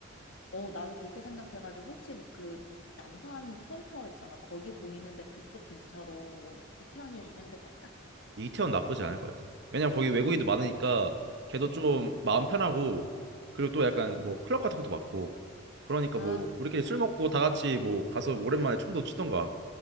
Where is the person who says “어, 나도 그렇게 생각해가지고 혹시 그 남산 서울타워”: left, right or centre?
Left